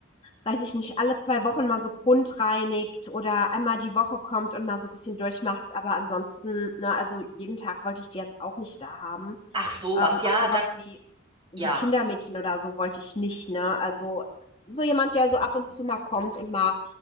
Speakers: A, on the left; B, on the right.
A: weiß ich nicht, alle zwei Wochen mal so grundreinigt oder einmal die Woche kommt und mal so ein bisschen durchmacht. Aber ansonsten, ne, also jeden Tag wollte ich die jetzt auch nicht da haben.
B: Ach, sowas.
A: Ähm,
B: Ja,
A: auch sowas
B: da,
A: wie, wie
B: ja.
A: Kindermädchen oder so wollte ich nicht, ne? Also so jemand, der so ab und zu mal kommt und mal,